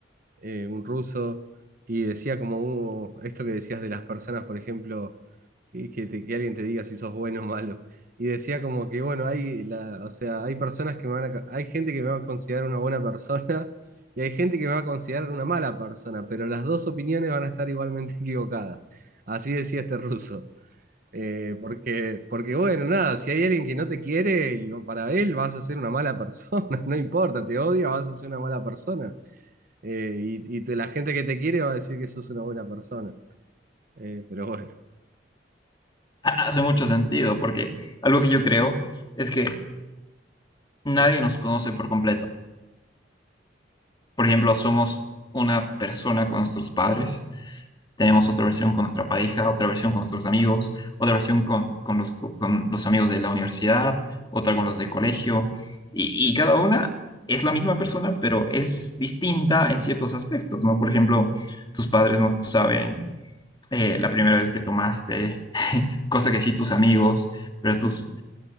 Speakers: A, on the right (about 50°); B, on the left (about 25°).
A: eh, un ruso, y decía como uh, esto que decías de las personas, por ejemplo, y que, te- que alguien te diga si sos bueno o malo. Y decía como que, bueno, hay, la, o sea, hay personas que me van a, ca- hay gente que me va a considerar una buena persona <laughs> y hay gente que me va a considerar una mala persona, pero las dos opiniones van a estar igualmente <laughs> equivocadas. Así decía este ruso. Eh, porque, porque, bueno, nada, si hay alguien que no te quiere, y para él vas a ser una mala persona, <laughs> no importa, te odia, vas a ser una mala persona. Eh, y, y te- la gente que te quiere va a decir que sos una buena persona. Eh, pero bueno,
B: Ha- Hace mucho sentido, porque algo que yo creo es que nadie nos conoce por completo. Por ejemplo, somos una persona con nuestros padres Tenemos otra versión con nuestra pareja, otra versión con nuestros amigos, otra versión con, con los, con los amigos de la universidad, otra con los de colegio. Y, y cada una es la misma persona, pero es distinta en ciertos aspectos, ¿no? Por ejemplo, tus padres no saben eh, la primera vez que tomaste, cosa que sí tus amigos, pero tus,